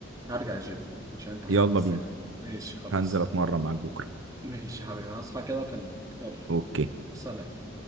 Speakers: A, on the right; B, on the right.
A: هرجع الجيم عشان انت حمستني
B: يلا بينا
A: ماشي خلاص
B: هنزل اتمرن معاك بكرة
A: ماشي يا حبيبي هصحى كده واكلمك يلا
B: اوكي
A: سلام